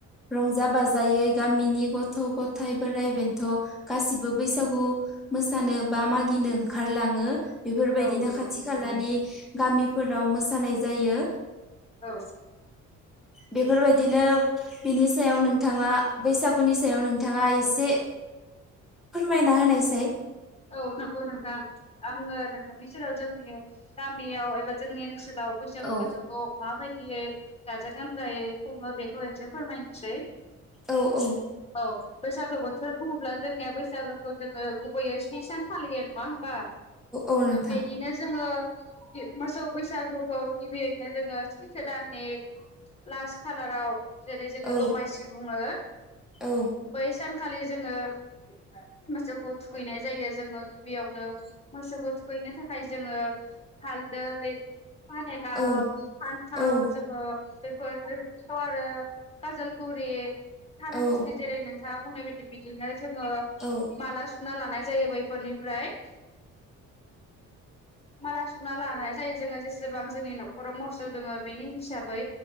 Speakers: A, in the centre; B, on the left (about 20°).
A: रंजा बाजायै गामिनि गथ' गथायाइ बोराइ बेन्थ' गासिबो बैसागु मोसानो बा
B: औ
A: मागिनो ओंखारलाङो बेफोरबायदिनो
B: औ नंगौ
A: खाथि खालानि गामिफोराव मोसानाय जायो
B: औ
A: बेफोरबायदि दिनो बिनि सायाव नोंथाङा बैसागुनि सायाव नोंथाङा एसे फोरमायना होनायसै
B: औ नंगौ नोंथां आङो नोंथांनि सेराव जोंनि गामियाव एबा जोंनि ओनसोलाव आव बैसागु
A: औ
B: बोथोरखौ माबायदियै गाजा गोमजायै खुङो बेखौसै फोरमायनोसै
A: औ औ
B: औ बैसागो बोथोर बुङोब्ला जोंनिया बैसागोखौ जोङो गुबैयै स्नि सान फालियो नङा हो बा
A: औ नोंथां
B: बेनिनो जोङो मोसौ बैसागुखौ गिबियैनो जोङो सैथो दाननि लास्ट खालाराव जेरै जोङो
A: औ
B: दमासि बुङो
A: औ
B: बै सान खालि जोङो <inaudible> मोसौखौ थुखैनाय जायो जोङो गिबियावनो मोसौखौ थुखैनो थाखाय जोङो हालदै फानिलाव
A: औ
B: फान्थाव
A: औ
B: जोङो बेफोरथ आरो काजलगुरि थारस्रि
A: औ
B: जेरै नोंथाङा बुंनाय बायदि बिदिनो जोङो
A: औ
B: माला सुना लानाय जायो बैफोरनिफ्राय माला संना लानाय जायो जोङो जेसेबां जोंनि न'खराव मोसौ दोङो बेनि हिसाबै